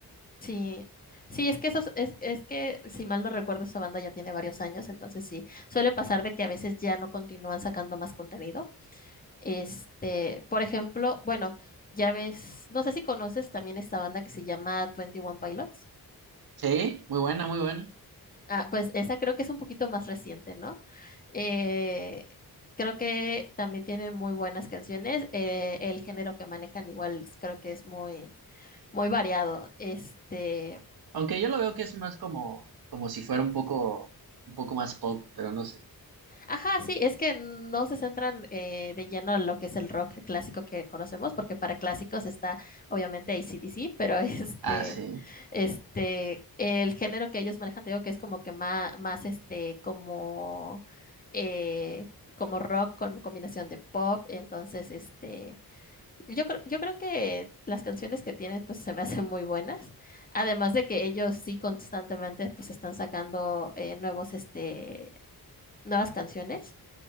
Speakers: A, on the left; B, on the right.
A: Sí, sí, es que esos, es, es que si mal no recuerdo, esa banda ya tiene varios años, entonces sí, suele pasar de que a veces ya no continúan sacando más contenido. Este, por ejemplo, bueno, ya ves, no sé si conoces también esta banda que se llama Twenty One Pilots.
B: Sí, muy buena, muy buena.
A: Ah, pues esa creo que es un poquito más reciente, ¿no? Eh, creo que también tiene muy buenas canciones. eh, el género que manejan igual creo que es muy, muy variado. Este.
B: Aunque yo lo veo que es más como, como si fuera un poco, un poco más pop, pero no sé.
A: Ajá, sí, es que no se centran eh, de lleno en lo que es el rock clásico que conocemos, porque para clásicos está obviamente AC/DC, pero <laughs> este,
B: Ah, sí.
A: este, el género que ellos manejan, te digo que es como que más, más este, como, eh, como rock con combinación de pop, entonces, este, yo creo, yo creo que las canciones que tienen, pues, se me <laughs> hacen muy buenas, además de que ellos sí constantemente, pues, están sacando eh, nuevos, este, nuevas canciones.